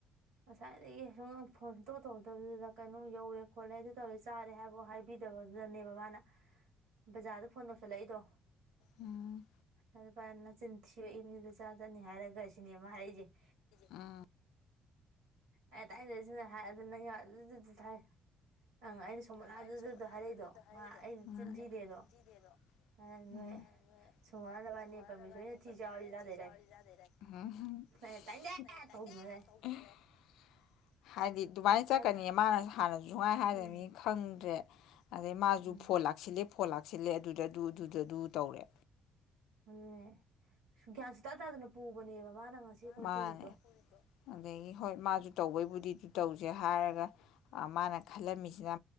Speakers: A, on the right (about 80°); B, on the left (about 75°).
A: ꯉꯁꯥꯏꯗꯒꯤ ꯐꯣꯟ ꯁꯨꯡꯇꯧ ꯇꯧꯗꯕꯗꯨꯗ ꯀꯩꯅꯣꯝ ꯌꯧꯔꯦ ꯈꯣꯠꯂꯦ ꯑꯗꯨ ꯇꯧꯔꯦ ꯆꯥꯔꯦ ꯍꯥꯏꯕ ꯍꯥꯏꯕꯤꯗꯕꯗꯨꯗꯅꯦꯕ ꯃꯥꯅ ꯕꯖꯥꯔꯗ ꯐꯣꯟ ꯇꯧꯁꯜꯂꯛꯏꯗꯣ
B: ꯎꯝ
A: ꯑꯗꯨ ꯄꯥꯏ ꯅꯆꯤꯟ ꯊꯤꯔꯛꯏ ꯅꯦꯕ ꯆꯥ ꯆꯠꯅꯤ ꯍꯥꯏꯔꯒ ꯁꯤꯅꯦ ꯃꯥ ꯍꯥꯏꯔꯛꯏꯁꯦ
B: ꯑꯗ
A: ꯑꯦ ꯇꯥꯏꯅꯤꯡꯗꯦꯁꯦ ꯍꯥꯏ ꯅꯪ ꯑꯗꯨꯗꯤ ꯊꯥꯏ ꯑꯪ ꯑꯩꯅ ꯁꯣꯃꯣꯂꯥꯗꯨꯗꯨꯗ
B: ꯎꯝ
A: ꯍꯥꯏꯔꯛꯏꯗꯣ ꯃꯥ ꯑꯩ ꯆꯤꯟ ꯊꯤꯗꯦꯗꯣ
B: ꯎꯝ
A: ꯅꯣꯏ ꯁꯣꯃꯣꯂꯥ ꯅꯕꯥꯅꯤ ꯄꯔꯃꯦꯁꯣꯔꯅ ꯊꯤ ꯆꯥꯎꯔꯗꯤ ꯆꯥꯗꯣꯏꯔ
B: ꯎꯝ
A: ꯑꯩꯅ ꯇꯥꯏꯅꯤꯡꯗꯦ ꯇꯧꯈꯤꯕꯅꯦ ꯑꯗꯩ
B: ꯍꯥꯏꯗꯤ ꯃꯥꯏꯅ ꯆꯠꯀꯅꯤ
A: ꯌꯥꯔꯦ ꯊꯝ
B: ꯃꯥꯅ ꯍꯥꯟꯅꯖꯨ ꯁꯨꯨꯡꯍꯥꯏ ꯍꯥꯏꯗꯃꯤ
A: ꯎꯝ
B: ꯅꯪꯖꯦ ꯑꯗꯩ ꯃꯥꯁꯨꯨ
A: ꯎꯝ
B: ꯐꯣꯟ ꯂꯥꯛꯁꯤꯂꯦ ꯐꯣꯟ ꯂꯥꯛꯁꯤꯜꯂꯦ ꯑꯗꯨꯗꯗꯨ ꯑꯗꯨꯗꯗꯨ ꯇꯧꯔꯦ
A: ꯑꯗꯨꯅꯦ ꯒ꯭ꯌꯥꯟ ꯁꯨꯇꯥ ꯇꯥꯗꯅ ꯄꯨꯕꯅꯦꯕ ꯃꯥꯅ ꯉꯁꯤ ꯑꯩꯈꯣꯏ
B: ꯃꯥꯅꯦ
A: ꯄꯨꯔꯤꯗꯣ
B: ꯑꯗꯩꯒꯤ ꯍꯣꯏ ꯃꯥꯁꯨ ꯇꯧꯕꯩꯕꯨꯗꯤ ꯑꯗꯨ ꯇꯧ ꯍꯧꯖꯤꯛ ꯍꯥꯏꯔꯒ ꯃꯥꯅ ꯈꯜꯂꯝꯃꯤꯁꯤꯅ